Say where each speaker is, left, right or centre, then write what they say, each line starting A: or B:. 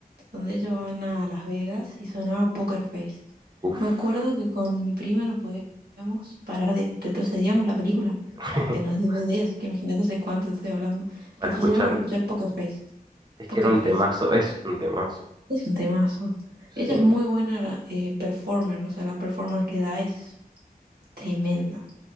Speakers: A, on the right (about 90°); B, on the right (about 30°).
A: donde ellos van a Las Vegas y sonaba Poker Face.
B: uff,
A: Me acuerdo que con mi prima no podíamos parar de... Retrocedíamos la película
B: <laughs>
A: en los DVD, así que imagínate hace cuánto te estoy hablando.
B: para
A: Retrocedíamos
B: escucharlo.
A: para escuchar Poker Face.
B: Es
A: Poker
B: que era un
A: Face
B: temazo, es un temazo.
A: es un temazo.
B: Sí,
A: Ella es muy buena eh, performer, o sea, la performance que da es tremenda.